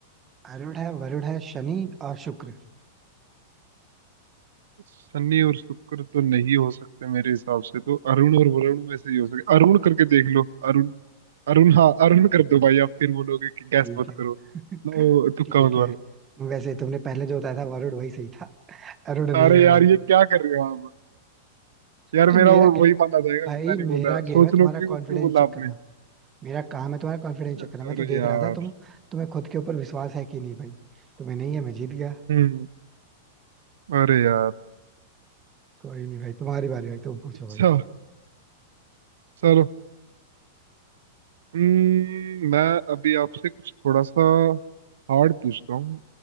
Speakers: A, on the right; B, on the right.
A: अरुण है वरुण है शनि और शुक्र
B: शनि और शुक्र तो नहीं हो सकते मेरे हिसाब से तो अरुण और वरुण में से ही हो सके अरुण करके देख लो अरुण अरुण हाँ अरुण कर दो भाई आप फिर बोलोगे कि
A: ठीक
B: गैस मत
A: है
B: करो
A: <laughs>
B: ना वो तुक्का
A: ठीक
B: मत
A: है
B: मारो
A: वैसे तुमने पहले जो बताया था वरुण वही सही था अरुण नहीं
B: अरे
A: है
B: यार
A: भाई
B: ये क्या कर रहे हो आप यार
A: भाई
B: मेरा
A: मेरा
B: वो
A: गेम
B: वही माना जाएगा
A: भाई
B: मैं नहीं
A: मेरा
B: बोल रहा सोच
A: गेम है
B: लो
A: तुम्हारा
B: क्यों
A: कॉन्फिडेंस
B: क्यों बोला
A: चेक
B: आपने
A: करना मेरा काम है तुम्हारा कॉन्फिडेंस चेक
B: अरे
A: करना मैं तो देख
B: यार
A: रहा था तुम तुम्हें खुद के ऊपर विश्वास है कि नहीं भाई तुम्हें नहीं है मैं जीत गया
B: हम्म अरे यार
A: कोई नहीं भाई तुम्हारी बारी भाई तुम पूछो
B: अच्छा
A: भाई
B: चलो हम्म मैं अभी आपसे कुछ थोड़ा सा हार्ड पूछता हूँ